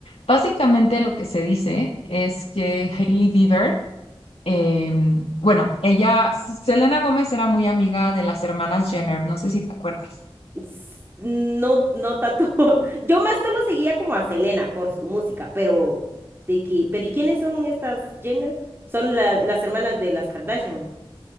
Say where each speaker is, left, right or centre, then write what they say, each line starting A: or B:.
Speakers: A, on the left; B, on the right.
A: Básicamente lo que se dice es que Hailey Bieber, em, bueno, ella, Selena Gómez era muy amiga de las hermanas Jenner, no sé si te acuerdas.
B: s- No, no tanto. <laughs> Yo más solo seguía como a Selena por su música, pero de que, pero ¿y quiénes son estas Jenner? Son la- las hermanas de las Kardashian.